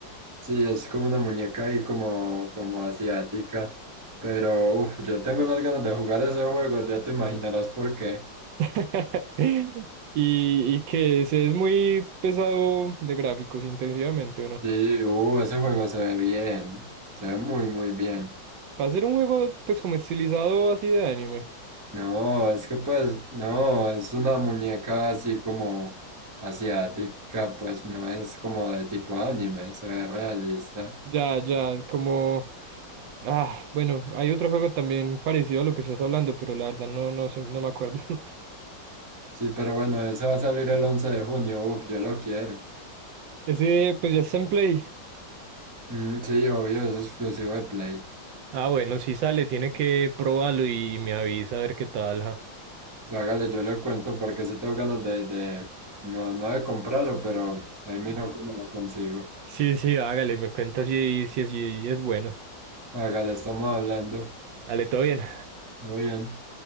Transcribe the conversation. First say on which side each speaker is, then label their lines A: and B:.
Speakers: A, on the right; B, on the right.
A: Sí, es como una muñeca ahí como, como asiática. Pero, uff, yo tengo unas ganas de jugar ese juego. Ya te imaginarás por qué.
B: <laughs> Y, y que ese es muy pesado de gráficos, intensivamente, ¿o no?
A: Sí, uh, ese juego se ve bien. Se ve muy, muy bien.
B: Para ser un juego, pues como estilizado así de anime.
A: No, es que pues, no, es una muñeca así como asiática. Pues no es como de tipo anime. Se ve realista.
B: Ya, ya, como. Ah, bueno, hay otro juego también parecido a lo que estás hablando, pero la verdad no, no, sé- no me acuerdo. <laughs>
A: Sí, pero bueno, ese va a salir el 11 de junio. Uf, yo lo quiero.
B: Ese, pues ya está en Play.
A: Mm, sí, obvio, es exclusivo de Play.
B: Ah, bueno, si sale, tiene que probarlo y, y me avisa a ver qué tal, ja.
A: Hágale, yo le cuento porque sí tengo ganas de, de- no, no de comprarlo, pero ahí miro cómo lo consigo.
B: Sí, sí, hágale, me cuentas si, si, si es bueno.
A: Hágale, estamos hablando.
B: Dale, todo bien.
A: Todo bien.